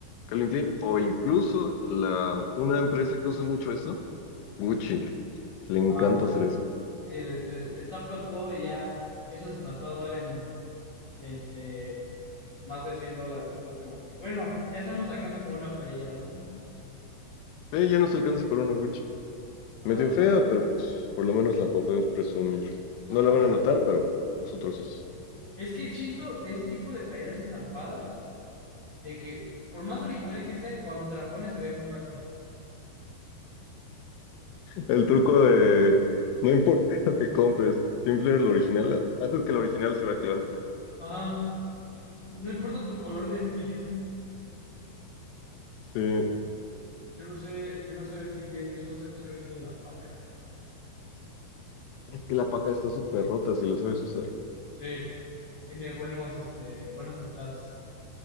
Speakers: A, on the left; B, on the left.
A: Calvin Klein, o incluso la, una empresa que usa mucho eso, Gucci, le encanta
B: Ah, güey.
A: hacer eso.
B: Sí, le, le estampan todo y ya. Esas estampadas duelen este, más de 100 dólares. Entonces, como que, bueno, ya estamos sacando para una playera, ¿no?
A: Eh, ya no se alcanza para una Gucci.
B: Ajá.
A: Medio fea, pero pues por lo menos la podemos presumir.
B: Ajá.
A: No la van a notar, pero nosotros sí.
B: Es que siento de ese tipo de playeras estampadas, de que por más original que sea, cuando te la pones se ve muy falsa.
A: El truco de no importa <laughs> lo que compres, siempre el original, haces que el original se vea clon.
B: Ajá. <laughs> No importa tu color de piel.
A: Sí,
B: Yo no sé, yo no sé vestir bien, yo solo sé buscar bien en la paca.
A: es que la paca está súper rota si la sabes usar.
B: Sí, tiene buenos, este, buenas stats.